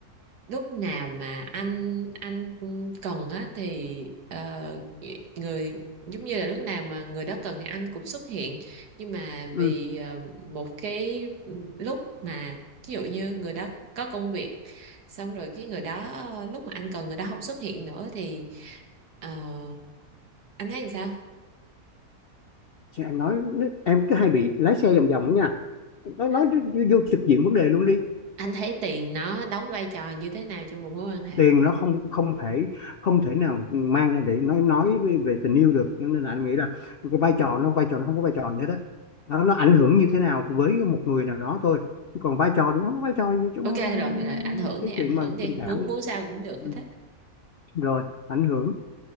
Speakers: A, on the right; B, on the left.
A: lúc nào mà anh anh cần á thì ờ, người giống như là lúc nào mà người đó cần thì anh cũng xuất hiện nhưng mà
B: ừ.
A: vì ờ, một cái lúc mà ví dụ như người đó có công việc xong rồi cái người đó ờ, lúc mà anh cần người đó không xuất hiện nữa thì ờ, anh thấy làm sao
B: Chứ em nói em cứ hay bị lái xe vòng vòng đó nha nói nói
A: <laughs>
B: vô vô trực diện vấn đề luôn đi
A: anh thấy tiền nó đóng vai trò như thế nào trong một mối quan hệ
B: tiền nó không không thể không thể nào mang ra để nói nói về, về tình yêu được nên là anh nghĩ là cái vai trò nó vai trò nó không có vai trò gì hết đó nó, nó ảnh hưởng như thế nào với một người nào đó thôi chứ còn vai trò thì nó không có vai trò gì trong
A: ok
B: ờ,
A: rồi rồi ảnh hưởng
B: cái
A: đi ảnh
B: chuyện
A: hưởng
B: mà
A: đi
B: tình cảm
A: muốn
B: ấy.
A: muốn sao cũng được
B: Ừ,
A: hết thích
B: rồi ảnh hưởng